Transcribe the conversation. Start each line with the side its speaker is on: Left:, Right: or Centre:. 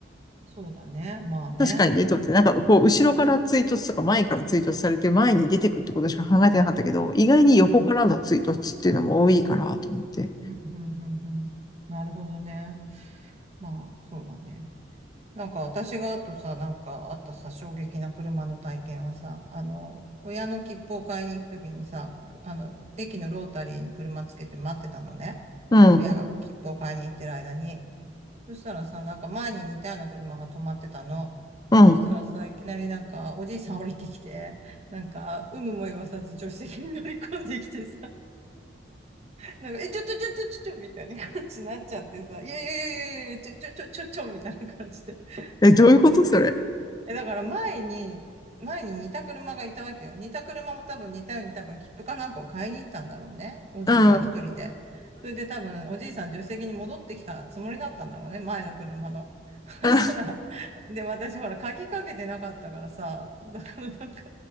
Right: そうだね。まあね。
Left: 確かにね、と思って、なんかこう、後ろから追突とか前から追突されて前に出てくってことしか考えてなかったけど、意外に横からの追突っていうのも多いから、
Right: うん、
Left: と思って。
Right: うん、うん、うん。うんなるほどね。まあ、そうだね。なんか私があとさ、なんかあったさ、衝撃な車の体験はさ、あの、親の切符を買いに行くときにさ、あの、駅のロータリーに車つけて待ってたのね。
Left: うん、
Right: 親が切符を買いに行ってる間に。そしたらさ、なんか前に似たような車が止まってたの。
Left: うん。
Right: そしたらさ、いきなりなんかおじいさん降りてきて、なんか、有無も言わさず助手席に乗り込んできてさ、なんか、え、ちょちょちょちょちょちょみたいな感じになっちゃってさ、いやいやいやいやいや、ちょちょちょちょちょみたいな感じで、なんかびっくり
Left: え、どういうことそれ。
Right: え、だから前に、前に似た車がいたわけよ。似た車も多分似たように多分切符かなんかを買いに行ったんだろうね。おじいさん一人で。
Left: うん、うん、
Right: それで多分おじいさん助手席に戻ってきたつもりだったんだろうね。前の車の。<laughs>
Left: うん。
Right: そしたら、で、私ほら鍵かけてなかったからさ、だからなんか、